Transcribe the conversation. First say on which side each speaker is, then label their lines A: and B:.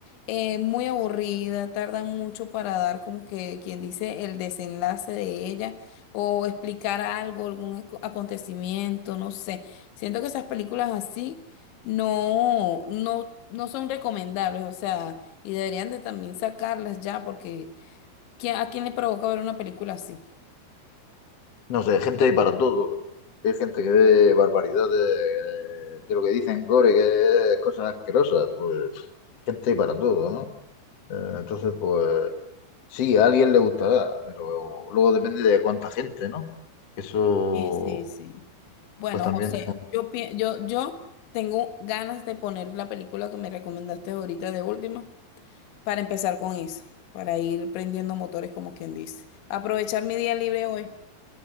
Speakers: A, on the left; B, on the left.
A: eh, muy aburridas, tardan mucho para dar como que quien dice el desenlace de ella o explicar algo, algún ac- acontecimiento, no sé. Siento que esas películas así no, no, no son recomendables, o sea, y deberían de también sacarlas ya porque... ¿Quién- ¿A quién le provoca ver una película así?
B: No sé, gente hay para todo. Hay gente que ve barbaridades eh, de lo que dicen gore, que es cosas asquerosas. Pues gente hay para todo, ¿no? Eh, entonces, pues sí, a alguien le gustará, pero luego depende de cuánta gente, ¿no? Eso,
A: Sí, sí, sí. Bueno,
B: pues también.
A: José, yo, pi- yo, yo tengo ganas de poner la película que me recomendaste ahorita de última para empezar con eso, para ir prendiendo motores como quien dice. Aprovechar mi día libre hoy.